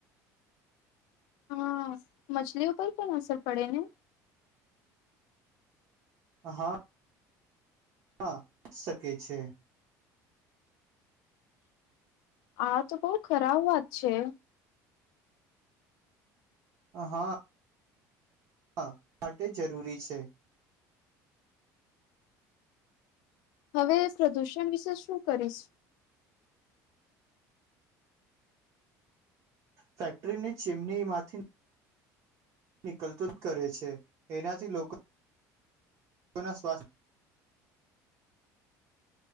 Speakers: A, on the left; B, on the right.
A: હા, મછલીઓ પર પણ અસર પડે ને
B: હા, હા પણ શકે છે. <unintelligible>
A: હા, તો બહુ ખરાબ વાત છે.
B: હા, હા હા, માટે જરૂરી છે.
A: હવે પ્રદૂષણ વિશે શું કરીશ.
B: ફેક્ટરી ની. જેમને એ માંથી. નીકલતું જ કરે છે. એનાથી લોકોના સ્વાસ્થ્ય.